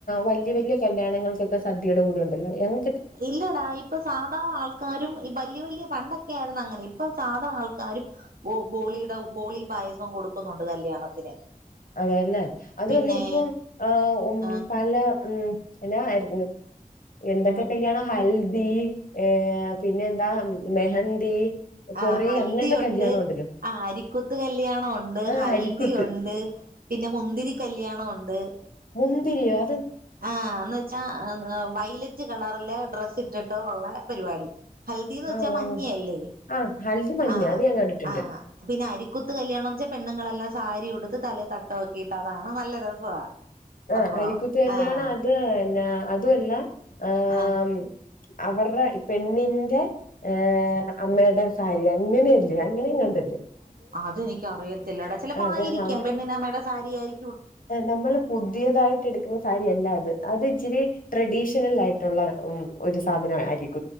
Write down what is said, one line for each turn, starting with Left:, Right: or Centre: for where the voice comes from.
Left: വല്യ വല്യ കല്യാണം ഞങ്ങൾക്കക്കെ സദ്യടെ കൂടെ ഉണ്ടല്ല ഞങ്ങ
Right: ഇല്ലടാ ഇപ്പൊ സാധാ ആൾക്കാരും ഈ വല്യ വല്യ പണ്ടൊക്കെ ആയിര്ന്ന അങ്ങനെ ഇപ് ഇപ്പം സാധാ ആൾക്കാരും ബോളിയുടെ ബോളിയും പായസം കൊടുക്കുന്നുണ്ട് കല്യാണത്തിന്
Left: അതെല്ലേ അതൊല്ല
Right: പിന്നെ
Left: ഇപ്പൊ ആ ഓ
Right: ആ
Left: പല ഉം എന്നാരുന്നു എന്തൊക്കെ
Right: ഉം
Left: കല്യാണോ ഹൽ യ് ഏ പിന്നെ എന്താ മെഹന്തി കൊറേ
Right: ആ ഹൽദിയുണ്ട്
Left: അങ്ങനത്തെ കല്യാണം ഉണ്ടല്ലോ
Right: ആ അരിക്കുത്ത് കല്യാണം ഉണ്ട്
Left: ആ
Right: ഹൽദിണ്ട്
Left: അരിക്കുത്ത്
Right: ണ്ട് പിന്നെ മുന്തിരി കല്യാണോണ്ട്
Left: മുന്തിരിയാ
Right: ആ എന്ന് വെച്ചാ വയല മറ്റ് കളറിലെ ഡ്രസ്സ് ഇട്ടിട്ട് ഒള്ള പരിപാടി ഹൽദീന്ന്
Left: ആ
Right: വെച്ചാ മഞ്ഞയല്ലേ?
Left: ആ ആ ഹൽദി മഞ്ഞ
Right: ആഹ്
Left: അത് ഞാൻ കണ്ടിട്ടുണ്ട്
Right: ആഹ് പിന്നെ അരിക്കൂത്ത് കല്യാണംന്ന് വെച്ചാ പെണ്ണുങ്ങളെല്ലാം സാരി ഉടുത്ത് തലെ തട്ടോക്കിയിട്ട് അതാണ് നല്ല രസവാ,
Left: ആ
Right: സംഭവം
Left: അരിക്കൂ ത്ത് കല്യാണം
Right: ആഹ്
Left: അത് പിന്ന അതൂഅല്ല ആം
Right: ആഹ്
Left: അവർടെ പെണ്ണിന്റെ ഏഹ് അമ്മേടെ സാരി അങ്ങനെയല്ലേ. അങ്ങനെയെങ്ങാണ്ടല്ലേ.
Right: അത് എനിക്കറിയത്തില്ലടാ. ചെലപ്പോ
Left: അത്
Right: ആയിരിക്കാം
Left: നമ്മൾ
Right: പെണ്ണിനമ്മേടെ സാരിയായിരി
Left: നമ്മള് പുതിയതായിട്ട് എടുക്കുന്ന സാരിയല്ല അത് അത് ഇച്ചിരി ട്രഡീഷണൽ ആയിട്ടൊള്ള ഒരു സാധനം ആയിരി